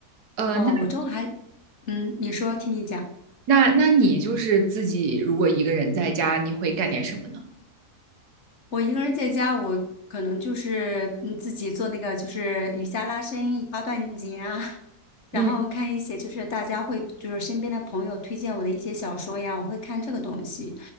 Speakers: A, on the right; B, on the left.
A: 呃，
B: 哦，
A: 那
B: 我周还，嗯，你说，听你讲。
A: 那那你就是自己如果一个人在家，你会干点什么呢？
B: 我一个人在家，我可能就是嗯自己做那个就是瑜伽拉伸、八段锦啊，<laughs> 然后看一些就是大家会就是身边的朋友推荐我的一些小说呀，
A: 嗯。
B: 我会看这个东西。